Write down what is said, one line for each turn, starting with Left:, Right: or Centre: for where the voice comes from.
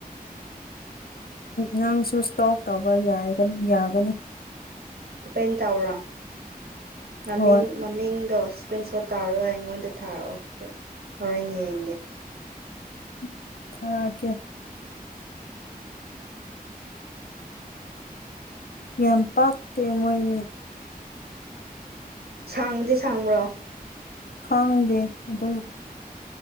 Left: ꯅꯪꯁꯨ ꯏꯁꯇꯣꯞ ꯇꯧꯕ ꯌꯥꯒꯅꯤ
Right: ꯑꯣꯄꯦꯟ ꯇꯧꯔꯣ ꯃꯃꯤꯡ
Left: ꯍꯣꯏ
Right: ꯃꯃꯤꯡꯗꯣ ꯏꯁꯀ꯭ꯔꯤꯟ ꯁꯣꯠ ꯇꯥꯔꯒ ꯑꯩꯉꯣꯟꯗ ꯊꯥꯔꯛꯑꯣ ꯍꯣꯔꯦꯟ ꯌꯦꯡꯒꯦ
Left: ꯎꯝ ꯊꯀꯦ ꯌꯥꯝ ꯄꯥꯛꯇꯦ ꯃꯣꯏꯅꯤ
Right: ꯁꯥꯡꯕꯗꯤ ꯁꯥꯡꯕ꯭ꯔꯣ
Left: ꯈꯥꯡꯗꯦ ꯑꯗꯨꯝ